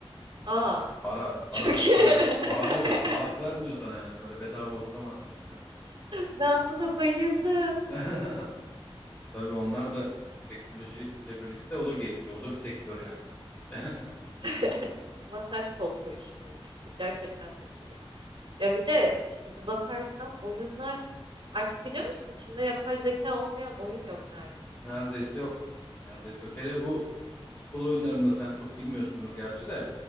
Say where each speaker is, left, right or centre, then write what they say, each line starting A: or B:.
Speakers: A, on the right; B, on the left.
A: Aa,
B: Para at, para
A: çok
B: at,
A: iyi.
B: para
A: <laughs>
B: at. Bağırıyor. Rahat vermiyor sana yani. Öyle bedava oturamazsın diyor.
A: Ben buna bayıldım.
B: <laughs> Tabii onlar da teknolojiyle birlikte o da gelişiyor. O da bir sektör yani neticede.
A: <laughs> Masaj koltuğu işinde. Gerçekten çok iyi ya. Ya bir de şimdi bakarsan oyunlar artık biliyor musun içinde yapay zeka olmayan oyun yok neredeyse.
B: <laughs> Neredeyse yok. Neredeyse yok. Hele bu futbol oyunlarında sen çok bilmiyorsundur gerçi de